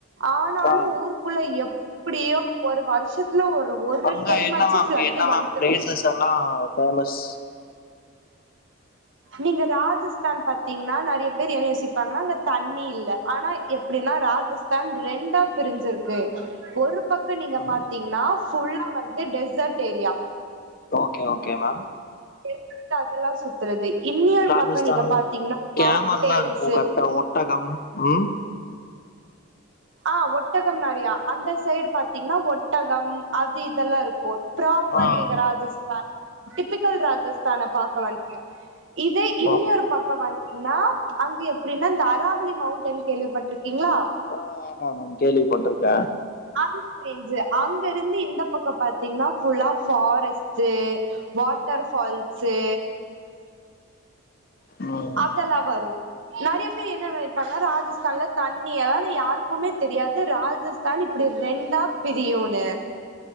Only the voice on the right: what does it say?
ஆனாலு
ஊர் குள்ள எப்டியோ ஒரு வருஷத்துல ஒரு ஒரு
டைம்
ஆச்சு
ஃப்ளட்
வந்துரும்.
நீங்க ராஜஸ்தான் பாத்தீங்ன்னா நெறய பேரு எத யோசிப்பாங்கனா அங்க தண்ணி இல்ல ஆனா எப்டினா ராஜஸ்தான் ரெண்டா பிரிஞ்சுருக்கு ஒரு பக்க நீங்க
பாத்தீங்ன்னா ஃபுல்லா வந்து desert area
desert அதெல்லா சுத்துறது இன்னியொரு
பக்கோ நீங்க பாத்தீங்ன்னா
மவ்ன்டேன்ஸூ
ஆ ஒட்டகம் நெறயா அந்த சைடு பாத்தீங்ன்னா ஒட்டகம் அது இதெல்லா இருக் கொட்ராப்பரு
நீங்க ராஜஸ்தான் டிப்பிக்கல் ராஜஸ்தான பாக்கலா நீங்க இதே இன்னொரு
பக்கோ வந்துன்னா அங்கு எப்டினா இந்த அராவுளி மவுண்ட் டன் ந கேள்விப்பட்ருக்கீங்ளா
அங்டேன்ஜு அங்கருந்து இந்த பக்கோ பாத்தீங்ன்னா ஃபுல்லா ஃபாரஸ்ட்டு வாட்டர் ஃபால்ஸூ
அதெல்லா வரூ நெறய பேரு என்ன நெனப்பாங்க ராஜ ராஜஸ்தான்ல தண்ணி எலாது யாருக்குமே தெரியாது ராஜஸ்தான் இப்டி ரெண்டா பிரியூனு